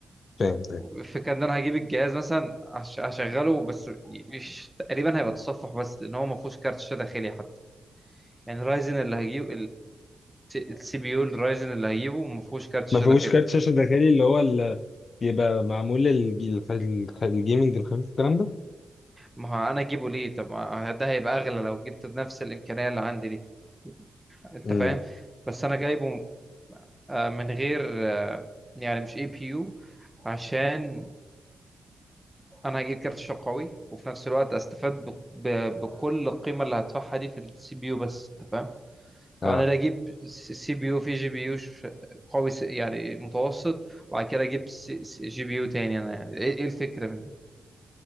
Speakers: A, on the left; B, in the centre.
A: فاهم فاهم
B: الفكره ان انا هجيب الجهاز مثلا هش- هشغله بس ي- يش... تقريبا هيبقى تصفح بس لان هو ما فيهوش كارت شاشه داخلي حتى. يعني رايزن اللي هجيبه السي بي يو الرايزن اللي هجيبه ما فيهوش كارت شاشه
A: ما فيهوش
B: داخلي
A: كارت شاشه داخلي اللي هو ال... بيبقى معمول للج- الخ- الجيمنج الخفيف الكلام ده
B: ما هو انا اجيبه ليه طب ما ده هيبقى اغلى لو جبت بنفس الامكانيه اللي عندي دي انت
A: امم
B: فاهم بس انا جايبه آه، من غير آه، يعني مش اي بي يو عشان انا هجيب كارت شاشه قوي وفي نفس الوقت استفاد ب- ب- بكل القيمه اللي هدفعها دي في السي بي يو بس انت فاهم
A: اه
B: طب انا لا اجيب سي بي يو في جي بي يو ش- قوي س- يعني متوسط وبعد كده اجيب س- س- جي بي يو تاني انا يعني ايه إيه الفكره من